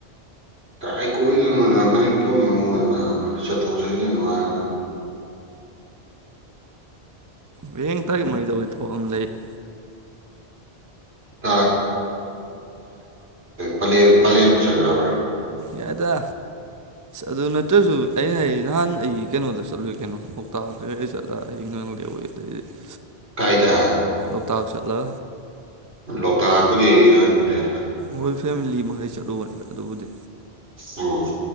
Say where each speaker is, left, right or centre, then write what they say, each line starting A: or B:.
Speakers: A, on the right (about 75°); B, on the right (about 20°).
A: ꯀꯥꯏ ꯀꯣꯏꯗꯣꯏꯅꯣꯅ ꯃꯅꯤꯄꯨꯔ ꯃꯅꯨꯡꯅ ꯂꯥꯟꯅ ꯆꯠꯊꯣꯛ ꯆꯠꯁꯤꯟ ꯅꯨꯡꯉꯥꯏꯕ
B: ꯍꯌꯦꯡ ꯇꯥꯔꯤꯛ ꯃꯔꯤꯗ ꯑꯣꯏ ꯊꯕꯛ ꯑꯝ ꯂꯩ <inaudible>
A: <unintelligible> ꯄꯂꯦꯟ ꯄꯂꯦꯟꯕꯨ ꯆꯠ ꯌꯥꯕ꯭ꯔꯅꯦ
B: ꯌꯥꯏꯗꯥ ꯑꯗꯨ ꯅꯠꯇ꯭ꯔꯖꯨ ꯑꯩ ꯅꯍꯥꯟ ꯑꯩ ꯀꯩꯅꯣꯗ ꯆꯠꯂꯨꯏ ꯀꯩꯅꯣ ꯂꯣꯛꯇꯥꯛ <unintelligible> <unintelligible>
A: ꯀꯥꯏꯗꯥ
B: ꯂꯣꯛꯇꯥꯛ ꯆꯠꯂ
A: ꯂꯣꯛꯇꯥꯛ ꯄꯨꯗꯤ ꯌꯥꯅꯤꯗꯥ
B: ꯍꯣꯏ ꯐꯦꯃꯤꯂꯤ ꯃꯈꯩ ꯆꯠꯂꯨꯕꯅꯤꯗ ꯑꯗꯨꯕꯨꯗꯤ
A: ꯑꯣ